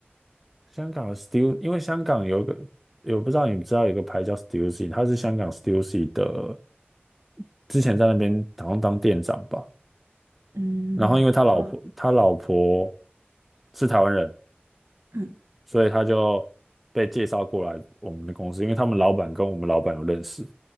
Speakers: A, in the centre; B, on the right.
A: 香港的 Stu，因为香港有一个，我不知道你知道有个牌叫 Stussy，他是香港 Stussy 的，之前在那边好像当店长吧。
B: 嗯，
A: 然后因为他老婆他老婆
B: 好，
A: 是台湾人，
B: 嗯，
A: 所以他就被介绍过来我们的公司，因为他们老板跟我们老板有认识，